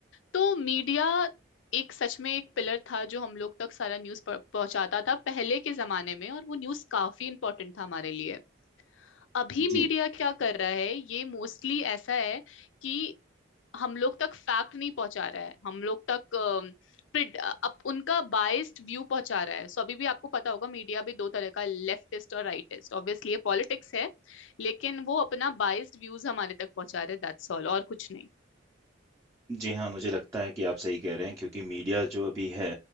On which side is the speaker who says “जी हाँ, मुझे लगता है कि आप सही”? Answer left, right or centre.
Right